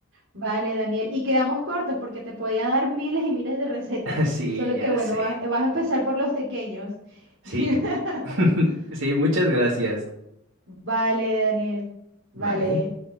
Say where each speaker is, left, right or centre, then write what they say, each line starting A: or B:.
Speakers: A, on the right (about 60°); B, on the right (about 85°).
A: Vale, Daniel. Y quedamos cortos porque te podía dar miles y miles de recetas.
B: <laughs> Sí,
A: Solo
B: ya
A: que bueno,
B: sé.
A: vas, vas a empezar por los pequeños.
B: Sí,
A: <laughs>
B: <laughs> sí, muchas gracias.
A: Vale, Daniel. Vale.
B: Bye.